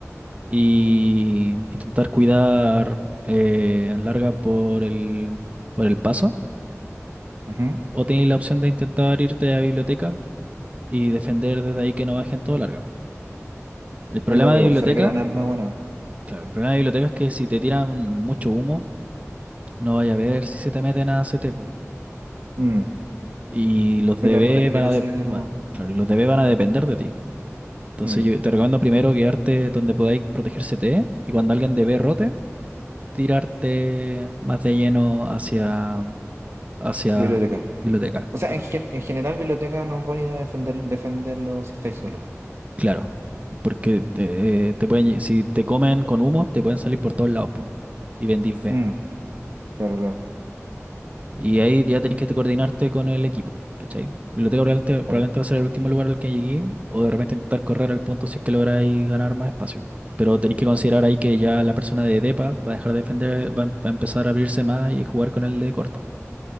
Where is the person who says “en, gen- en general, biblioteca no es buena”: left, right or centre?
Right